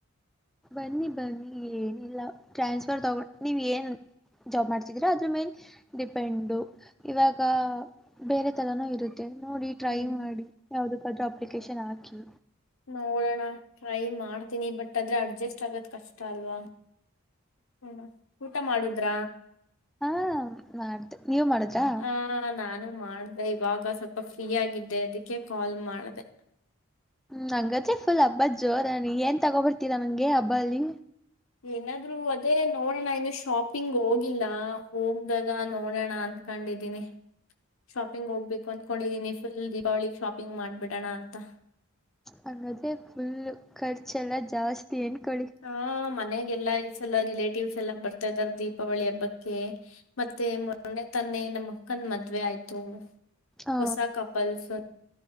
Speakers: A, in the centre; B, on the left.
A: ಬನ್ನಿ ಬನ್ನಿ ಏನಿಲ್ಲ ಟ್ರಾನ್ಸ್ಫರ್ ತಗೊಂಡು ನೀವು ಏನು ಜಾಬ್ ಮಾಡ್ತಿದ್ದೀರ ಅದ್ರ ಮೇನ್ ಡಿಪೆಂಡು ಇವಾಗ ಬೇರೆ ಥರನೂ ಇರುತ್ತೆ ನೋಡಿ
B: ಹ್ಮ್
A: ಟ್ರೈ ಮಾಡಿ ಯಾವುದಕ್ಕಾದ್ರೂ ಅಪ್ಲಿಕೇಶನ್ ಹಾಕಿ.
B: ನೋಡೋಣ ಟ್ರೈ ಮಾಡ್ತೀನಿ ಬಟ್ ಆದ್ರೆ ಅಡ್ಜಸ್ಟ್ ಆಗೋದು ಕಷ್ಟ ಅಲ್ವಾ ಹ ಊಟ ಮಾಡುದ್ರ
A: ಹಾ ಮಾಡ್ದೆ ನೀವ್ ಮಾಡಿದ್ರಾ
B: ಆ ನಾನು ಮಾಡ್ದೆ ಇವಾಗ ಬ ಸ ಫ್ರೀ ಆಗಿದ್ದೆ ಅದಕ್ಕೆ ಕಾಲ್ ಮಾಢ್ದೆ
A: ನಂಗ ಚಫುಲ್ ಅಬ್ಬಾಜಿ <inaudible> ಜೋರ ಏನ್ ತಗೊಬರ್ತೀರಾ ನಂಗೆ ಹಬ್ಬ ಅಲ್ಲಿಿ
B: ಏನಾದ್ರು ಅದೇ ನೋಡೋಣ ಇನ್ನು ಶಾಪಿಂಗ್ ಹೋಗಿಲ್ಲ ಹೋಗ್ದಾಗ ನೋಡೋಣ ಅಂತ ಕಂಡಿದ್ದೀನಿ ಶಾಪಿಂಗ್ ಹೋಗ್ಬೇಕು ಅಂದಕೊಂಡಿದೀನಿ ಫುಲ್ ದೀಪಾವಳಿಗೆ ಶಾಪಿಂಗ್ ಮಾಡ್ಬಿಡೋಣ ಅಂತ
A: ಹಂಗಾದ್ರೆ ಫುಲ್ ಖರ್ಚೆಲ್ಲಾ ಜಾಸ್ತಿ ಅನ್ಕೊಳ್ಳಿ
B: ಹಾ ಮನೆಗೆಲ್ಲಾ ಈ ಸಲ ರಿಲೇಟ್ ಟಿವ್ಸ್ ಎಲ್ಲ ಬರ್ತಾ ಇದ್ದಾರೆ ದೀಪಾವಳಿ ಹಬ್ಬಕ್ಕೆ ಮತ್ತೆ ಮೊರನೇ ತಾನೆ ನಮ್ಮ ಅಕ್ಕನ್ ಮದ್ವೆ ಆಯ್ತು
A: ಹ
B: ಹೊಸ ಕಪಲ್ಸ್